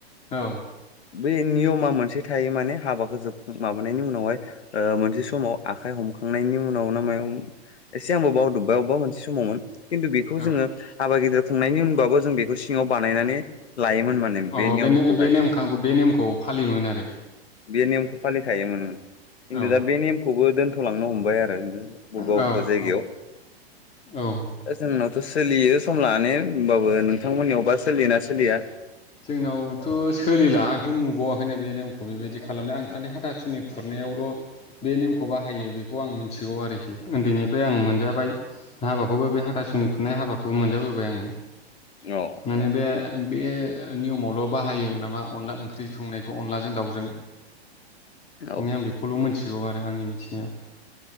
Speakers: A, on the left; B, on the left.
A: औ
B: बे नियमा मोनसे थायो माने हाबा जोब माबानायनि उनावहाय ओ मोनसे समाव आखाइ हमखांनायनि उनाव ना मायाव एसे आं बावदबबाय अबेबा मोनसे समावमोन। खिन्थु बेखौ
A: औ
B: जोङो हाबा गिदिर खुंनायनि उनबाबो जों बेखौ सिङाव बानायनानै लायोमोन माने
A: अ
B: नियमखौहाय
A: बे बे नेख बे नेमखौ फालियोमोन आरो
B: बे नेयमखौ फालिखायोमोन ओं खिन्थु
A: औ
B: दा बे नेमखौबो दोन थ' लांनो हमबाय आरो। बबेबा
A: औ
B: बबेबा जायगायाव
A: औ औ
B: दा जोंना सोलियो सम लानानै होमबाबो नोंथांमोननियावबा सोलियोना सोलिया
A: जोंनावथ' सोलिला आंथ' नुबावाखैनो बे नेमखौ बेबायदि खालामनाय आं
B: ओ
A: हाथासुनि खुरनायावल' बे नेमखौ बाहायो बेखौ आं मिथिगौ आरोखि। उन्दैनिफ्राय आं मोनजाबाय हाबाखौबो बे हाथासुनि खुरनाय हाबाखौ मोनजाबोबाय आङो।
B: औ
A: माने बे ओ बे नियमावल' बाहायो नामा अनला ओंख्रि संनायखौ अनलाजों दाउजों।
B: औ
A: मे बेखौल' मिथिग गौ आरो आंनि मिथिनायाव।